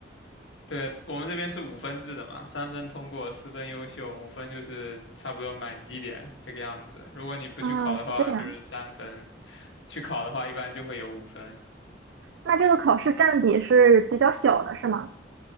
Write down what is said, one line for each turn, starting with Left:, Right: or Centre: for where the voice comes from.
Left: 对，我们这边是五分制的嘛，三分通过，四分优秀，五分就是差不多满绩点这个样子。如果你不去考的话，
Right: 啊，是这样。
Left: 就是三分；去考的话，一般就会有五分。
Right: 那这个考试占比是比较小的，是吗？